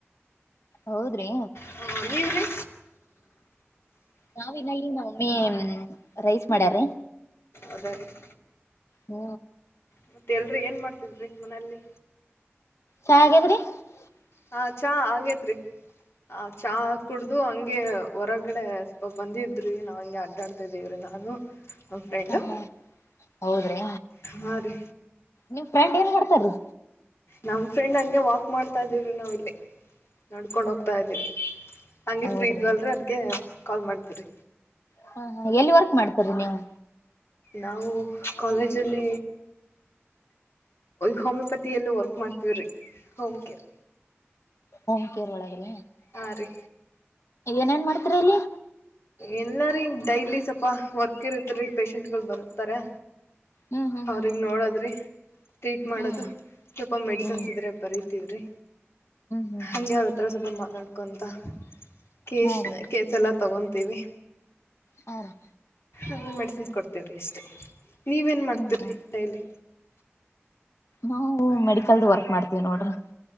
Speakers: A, on the left; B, on the left.
A: ಹೌದ್ರಿ
B: ಹ ನೀವ್ರಿ
A: ನಾವ ಇ ನ ಒಮ್ಮಿ ರೈಸ್ ಮಾಡ್ಯ್ರೀ
B: ಅದಾಗಿ <inaudible>
A: ಹ್ಮ
B: ಮತ್ತೆ ಎಲ್ರಿ ಏನ್ ಮಾಡ್ತಿದ್ರಿ ಮನೇೆಯಲ್ಲಿ
A: ಶಾ ಕೆ ಎಬಡಿ <unintelligible>
B: ಹ ಚಾ ಆಗೇತ್ರಿ ಆ ಚಾ ಕುಡ್ದು ಹಂಗೆ ಹೊರಗಡೆ ಸ್ವ ಬಂದಿದ್ರಿ ನಾವ್ ಹಂಗೆ ಅಡ್ಡಾಡ್ತಾ ಇದೀವ್ರಿ ನಾನು ನಮ್ ಫ್ರೆಂಡ್
A: ಹ ಹ ಹೌದ್ರಿ
B: ಹಾ ರೀ
A: ನಿಮ್ ಫ್ರೆಂಡ್ ಏನ್ ಮಾಡ್ತಾರೀ
B: ನಮ್ ಫ್ರೆಂಡ್ ಹಂಗೆ ವಾಕ್ ಮಾಡ್ತಾ ಇದ್ವಿ ನಾವ್ ಇಲ್ಲಿ ನಡ್ ನಡ್ಕೊಂಡು ಹೋಗ್ತಾ ಇದ್ವಿ ಹಂಗೆ
A: ಹೌದ್ರಿ
B: ಫ್ರೀ ಇದವಲ್ರಿ ಅದಕ್ಕೆ ಕಾಲ್ ಮಾಡ್ತೀರಿ
A: ಹ ಎಲ್ಲಿ ವರ್ಕ್ ಮಾಡ್ತರಿ ನೀವು
B: ನಾವು ಕಾಲೇಜಲ್ಲಿ ಹೋಮಿಯೋಪತಿಯಲ್ಲೂ ವರ್ಕ್ ಮಾಡ್ತೀವ್ರಿ ಹೋಮ್ ಕೇರ್
A: ಹೊಮ್ ಕೇರ್ ಒಳಗಡೆ
B: ಹಾ ರೀ
A: ಏನೇನ್ ಮಾಡ್ತಿರಿ ಇಲ್ಲಿ
B: ಇಲ್ಲ ರಿ ಡೈಲಿ ಸ್ವಲ್ಪ ವರ್ಕ್ ಇರತ್ತೆ ರಿ ಪೇಶೆಂಟ್ಗಳು ಬರುತಾರೆ
A: ಹ್ಮ್ ಹ್ಮ್
B: ಅವ್ರಗ್ ನೋಡುದ್ರಿ ಟ್ರೀಟ್
A: ಹ್ಮ್
B: ಮಾಡೋದು
A: ಹ್ಮ್
B: ಸ್ವಲ್ಪ ಮೆಡಿಸನ್ಸ್
A: ಹ್ಮ್
B: ಇದ್ರೆ ಬರಿತಿವ್ ರೀ
A: ಹ್ಮ್ ಹ್ಮ್
B: ಹಂಗೆ
A: ಹ್ಮ್
B: ಅವ್ರ ಹತ್ರ ಸ್ವಲ್ಪ್ ಮಾತಾಡ್ಕೊಂತ ಕೇಷ್
A: ಹಾ ರೀ
B: ಕೇಸ್ ಎಲ್ಲ ತಗೊಂತೀವಿ
A: ಹಾ ರೀ
B: ಅ ಮೆಡಿಸಿನ್ಸ್ ಕೊಡ್ <unintelligible> ಎಷ್ಟೇ ನೀವ್ ಎನ್ ಮಾಡ್ತೀರಿ
A: ಹ್ಮ್ ಹ್ಮ್
B: ಡೈಲಿ
A: ನಾವು ಮೆಡಿಕಲ್ದು ವರ್ಕ್ ಮಾಡ್ತೀವಿ ನೋಡ್ರಿ